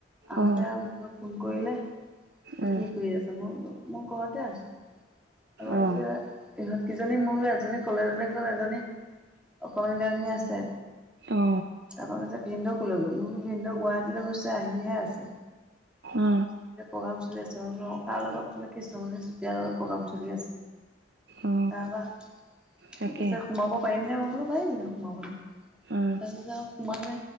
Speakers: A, in the centre; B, on the right (about 55°).
A: আহোঁতে
B: অ
A: আৰু মুলে ফোন কৰিলে <unintelligible>
B: অ
A: কি কৰি আছ? মোৰ ঘৰতে আছো। হ'ব
B: অ
A: পিছে ইহঁত কিজনী মোৰ এজনী কলেজলৈ গ'ল এজনী অকমান কেইজনী আছে,
B: অ
A: তাৰপৰা কৈছে ভিনদেউকোলৈ গ'ল মোৰ ভিনদৌউ গুৱাহাটীলৈ গৈছে আহিহে আছে।
B: অ
A: কবিচোন ভালে আছ ন তাৰ লগত মানে কিছুমানে যেতিয়া লগত প্ৰগ্ৰাম চলি আছে
B: অ
A: তাৰপৰা
B: তাকে
A: সুধিলে সোমাব পাৰিম <unintelligible> <inaudible> সোমাবলৈ
B: অ
A: তাৰপিছত আৰু সোমালে